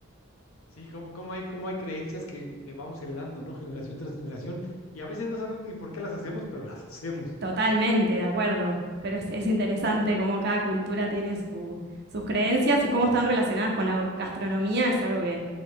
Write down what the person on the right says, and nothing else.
Totalmente, de acuerdo. Pero es, es interesante cómo cada cultura tiene su- sus creencias y cómo están relacionadas con la gastronomía. Es algo que,